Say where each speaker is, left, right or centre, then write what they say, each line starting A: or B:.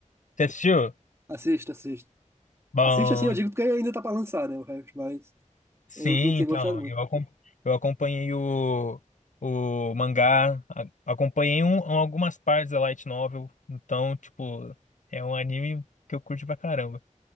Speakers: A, on the left; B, on the right.
A: você assistiu?
B: Assista, assista.
A: Bom
B: Assista assim, eu digo porque ainda tá pra lançar, né? O resto, mas
A: Sim,
B: eu não tenho
A: então,
B: gostado muito.
A: eu, acom- eu acompanhei o, o mangá, a- acompanhei um, algumas partes da light novel, então, tipo, é um anime que eu curto pra caramba.